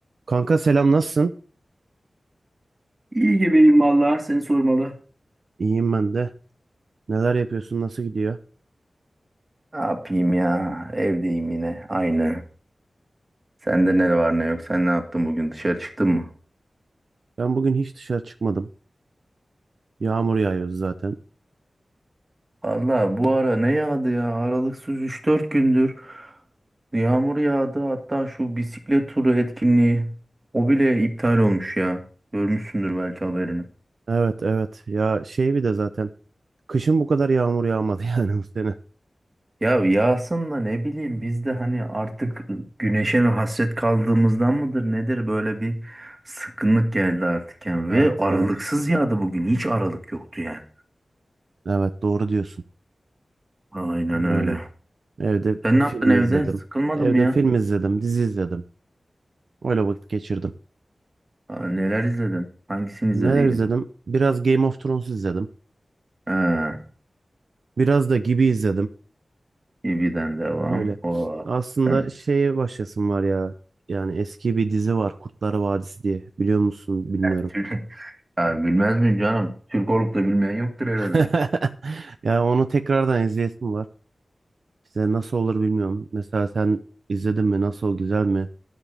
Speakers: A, on the right; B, on the right.
A: Kanka selam nasılsın?
B: İyi gibiyim vallahi seni sormalı.
A: İyiyim ben de. Neler yapıyorsun? Nasıl gidiyor?
B: Ne yapayım ya? Evdeyim yine. Aynı. Sende ne
A: Hmm.
B: var ne yok? Sen ne yaptın bugün? Dışarı çıktın mı?
A: Ben bugün hiç dışarı çıkmadım. Yağmur yağıyor zaten.
B: Valla bu ara ne yağdı ya? Aralıksız üç dört gündür yağmur yağdı. Hatta şu bisiklet turu etkinliği o bile iptal olmuş ya. Görmüşsündür belki haberini.
A: Evet evet. Ya şey bir de zaten. Kışın bu kadar yağmur yağmadı <laughs> yani bu sene.
B: Ya yağsın da ne bileyim biz de hani artık güneşe mi hasret kaldığımızdan mıdır nedir böyle bir sıkkınlık geldi artık yani
A: Evet
B: ve aralıksız
A: evet.
B: yağdı bugün hiç aralık yoktu yani.
A: Evet doğru diyorsun.
B: Aynen
A: Yani
B: öyle.
A: evde
B: Sen ne
A: film
B: yaptın evde?
A: izledim.
B: Sıkılmadın
A: Evde
B: mı ya?
A: film izledim, dizi izledim. Öyle vakit geçirdim.
B: Aa, neler izledin? Hangisini izlediydin?
A: Neler izledim? Biraz Game of Thrones izledim.
B: Ha,
A: Biraz da Gibi izledim.
B: TV'den devam.
A: Öyle.
B: O
A: Aslında
B: sen
A: şeye başlasın var ya. Yani eski bir dizi var Kurtlar Vadisi diye. Biliyor musun? Bilmiyorum.
B: Türk <laughs> ya bilmez miyim canım? Türk olup da bilmeyen yoktur herhalde.
A: <laughs> Ya onu tekrardan izleyesim var. İşte nasıl olur bilmiyorum. Mesela sen izledin mi? Nasıl? Güzel mi?